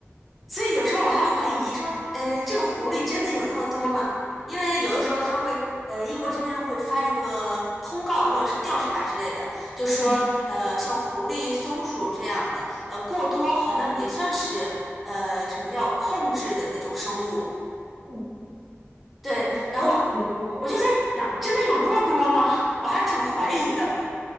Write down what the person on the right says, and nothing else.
嗯
嗯，
我觉得挺多。